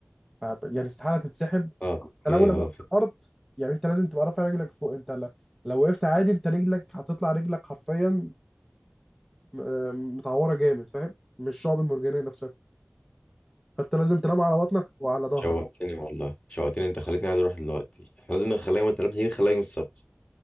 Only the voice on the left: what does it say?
اه اوكي
اه فهمت.
شوقتني والله شوقتني انت خليتني عايز اروح دلوقتي احنا لازم نخليها يوم التلات نيجي نخليها يوم السبت